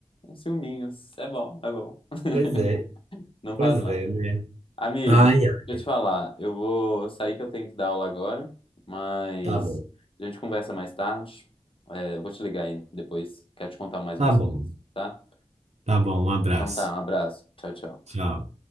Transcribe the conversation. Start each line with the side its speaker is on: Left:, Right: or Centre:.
Left: um ciúminho. É bom, é bom.
Right: pois
Left: <laughs>
Right: é,
Left: Não
Right: pois
Left: faz mal.
Right: é, né?
Left: Amigo,
Right: Ai,
Left: deixa
Right: ai,
Left: eu te falar, eu vou sair que eu tenho que dar aula agora, mas
Right: tá bom,
Left: a gente conversa mais tarde. É, eu vou te ligar aí depois, quero te contar mais
Right: tá
Left: umas
Right: bom,
Left: coisas, tá?
Right: tá bom, um abraço.
Left: Então tá, um abraço. Tchau, tchau.
Right: Tchau.